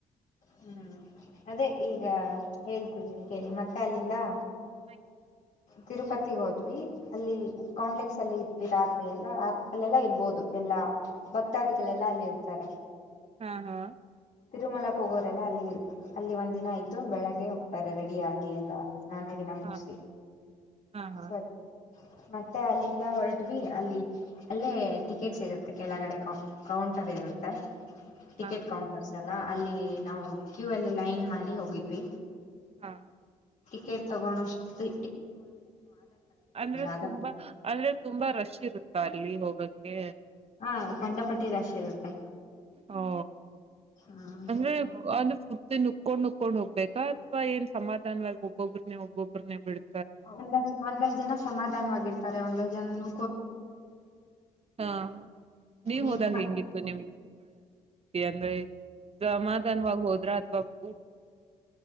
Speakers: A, on the left; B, on the right.
A: ಹ್ಮ್ ಅದೇ ಈಗಾ ಹೇಳ್ ಹ್ಮ್ ಕೇಳಿ ಮತ್ತೆ ಅಲ್ಲಿಂದಾ
B: ಐ
A: ತಿರುಪತಿಗ್ ಹೋದ್ವಿ ಅಲ್ಲಿ ಕಾಂಪ್ಲೆಕ್ಸ್ ಅಲ್ಲಿ ಇದ್ವಿ ರಾತ್ರಿ ಎಲ್ಲಾ ಅಲ್ಲೆಲ್ಲಾ ಇರ್ಬೋದು ಎಲ್ಲಾ ಭಕ್ತಾದಿಗಳೆಲ್ಲಾ ಅಲ್ಲಿ ಇರ್ತಾರೆ.
B: ಹಾ ಹಾ
A: ತಿರುಮಲಕ್ಕೆ ಹೋಗೋರೆಲ್ಲ ಅಲ್ಲಿ ಅಲ್ಲಿ ಒಂದ್ ದಿನ ಇದ್ದು ಬೆಳಗ್ಗೆ ಹೋಗ್ತಾರೆ ರೆಡಿ ಆಗಿ ಎಲ್ಲ. ಸ್ನಾನಗಿನ ಮುಗ್ಸಿ
B: ಹಾ ಹಾ ಹಾ
A: ಸ್ವ ಮತ್ತೆ ಅಲ್ಲಿಂದ ಹೊರಟ್ವಿ ಅಲ್ಲಿ ಅಲ್ಲೇ ಟಿಕೆಟ್ ಸಿಗತ್ತೆ ಕೆಳಗಡೆ ಕೌ ಕೌಂಟರ್ ಇರುತ್ತೆ. ಟಿಕೆಟ್
B: ಹಾ
A: ಕೌನ್ ಸಲ ಅಲ್ಲಿ ನಾವು ಕ್ಯೂ ಅಲ್ಲಿ ಲೈನ್ ಮಾಡಿ ಹೋಗಿದ್ವಿ.
B: ಹಾ
A: ಟಿಕೆ ತಗೋಣೋಷ್ತಿ
B: ಅಂದ್ರೆ
A: ಆಧಾರ್
B: ತುಂಬಾ
A: ಕಾರ್ಡ್
B: ಅಂದ್ರೆ ತುಂಬಾ ರಶ್ ಇರುತ್ತಾ ಅಲ್ಲಿ ಹೋಗಕ್ಕೆ?
A: ಹಾ ಕಂಡಪಟ್ಟಿ ರಶ್ ಇರುತ್ತೆ
B: ಹೊ
A: ಹ್ಮ್
B: ಅಂದ್ರೆ ಅವ್ನು ಫ್ ನುಕೊಂಡು ನುಕೊಂಡ್ ಹೋಗ್ಬೇಕಾ ಅಥವಾ ಏನ್ ಸಮಾಧಾನವಾಗಿ ಒಬೊಬ್ರನ್ನೇ ಒಬ್ಬೊಬ್ಬ್ರನೆ ಬಿಡ್
A: ಒಂದಷ್ ಒಂದಷ್ಟು ಜನ ಸಮಧಾನವಾಗಿರ್ತಾರೆ ಒಂದ ಜನ್ನು
B: ಹಾ ನೀವ್
A: ನಿಮ್ಮ
B: ಹೋದಾಗ ಹೆಂಗಿತ್ತು ನಿಮ್ ಅಂದ್ರೆ ಸಮಾಧಾನ್ವಾಗ್ ಹೋದ್ರ ಬ್